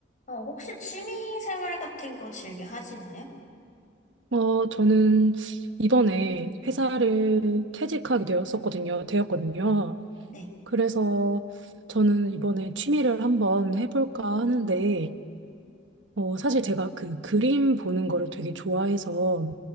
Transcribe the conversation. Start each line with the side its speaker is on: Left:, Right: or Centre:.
Left: 어, 혹시 취미 생활 같은 거 즐겨 하시나요?
Right: 어, 저는 이번에 회사를 퇴직하게 되었었거든요. 되었거든요.
Left: 네.
Right: 그래서 저는 이번에 취미를 한번 해볼까 하는데, 어, 사실 제가 그 그림 보는 거를 되게 좋아해서